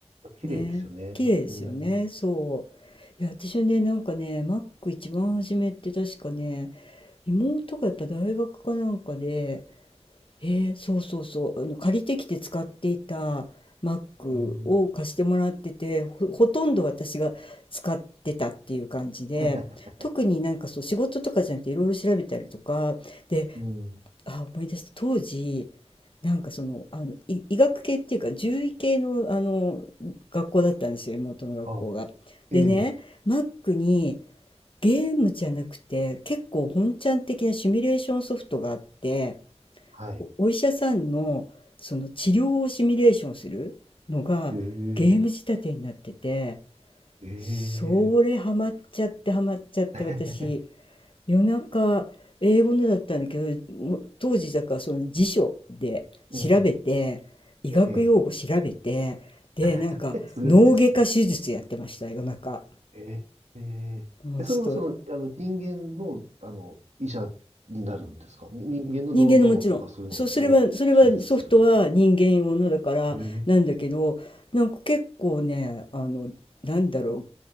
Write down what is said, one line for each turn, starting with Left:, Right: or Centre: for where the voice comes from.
Right: 綺麗ですよね。
Left: ね、綺麗ですよね、
Right: うん。
Left: そう。いや、私はね、なんかね、マック一番初めって確かね、妹がやっぱ大学かなんかで、えーそうそうそう、あの借りてきて使っていたマックを貸してもらってて、
Right: うん。
Left: ほ、ほとんど私が使ってたっていう感じで、
Right: <laughs>
Left: 特になんかそう仕事とかじゃなくていろいろ調べたりとか、で、
Right: うん。
Left: あ、思い出した。当時、なんかその、あの、い医学系っていうか、獣医系の、あの、学校だったんですよ、妹の学校が。
Right: <laughs> あ、
Left: でね、
Right: ええ、
Left: マックにゲームじゃなくて、結構本ちゃん的なシミュレーションソフトがあって、
Right: はい。
Left: お、お医者さんの、その治療をシミュレーションするのがゲーム仕立てになってて、
Right: ええ、え
Left: それハマっちゃってハマっちゃって私、
Right: え、<laughs>
Left: 夜中英語のだったんだけどもう当時だからその辞書で調べて医学用語調べてでなんか脳外科手術やってました夜中、
Right: うん。ええ、<laughs> すごいですね。ええ、ええ、
Left: うん、
Right: それはその、
Left: ちょっ
Right: あの、人間の、あの、医者になるんですかに人間の脳、
Left: 人間のもちろん。
Right: 脳とかそういうのを手術するとか。
Left: そそれは、それはソフトは人間用のだからなんだけど、
Right: ええ。
Left: なんか結構ね、あの、なんだろ